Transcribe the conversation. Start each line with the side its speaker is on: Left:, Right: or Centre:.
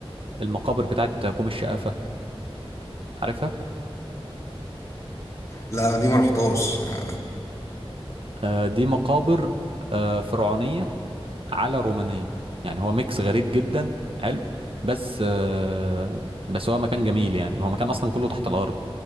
Right: المقابر بتاعت كوم الشقافة عارفها
Left: لا دي ما رحتهاش اه
Right: آه، دي مقابر آه، فرعونية على رومانية يعني هو ميكس غريب جدا حلو بس آه، بس هو مكان جميل يعني هو مكان اصلا كله تحت الارض